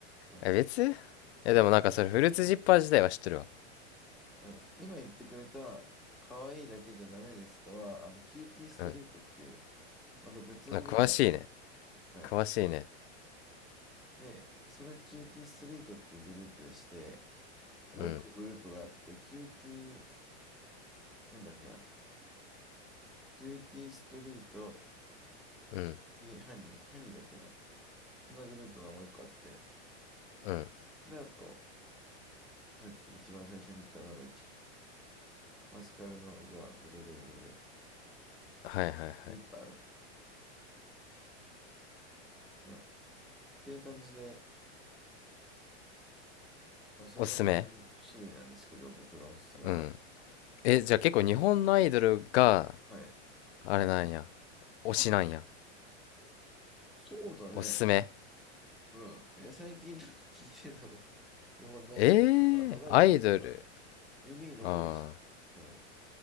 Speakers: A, in the centre; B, on the left (about 65°).
A: うん。
B: え、別え、
A: そ
B: でもなんかそれ、フルーツジッパー自体は知ってるわ。
A: う。うん。今言ってくれた、可愛いだけじゃダメですかは、あの、キューティーストリートっていう、
B: うん。
A: また別のグループなの。
B: あ、詳しいね。
A: はい。
B: 詳しいね。
A: で、それはキューティーストリートっていうグループでして、もう一個グループがあって、
B: うん、
A: キューティー、なんだっけな。キューティーストリート、
B: うん、
A: キューティーハニー、ハニーだっけな。そんなグループがもう一個あって、
B: うん。
A: で、あと、さっき一番最初に言ったなんだっけ。マスカルの岩、フルルルル、
B: はいはいはい。
A: ジーパーだ。うん。っていう感じで、まあ、そんな感じの種類なんですけど、
B: おすすめ
A: 僕のおすすめは。
B: うん。え、じゃあ結構日本のアイドルが、
A: はい。
B: あれなんや。推しなんや。
A: そうだね。
B: おすすめ
A: うん。いや、最近なんか聞いてるのが、<laughs> 日本のアイドル、
B: えー、
A: なんか流れてくるからね、
B: アイドル。
A: 耳に残るし。
B: あ
A: うん。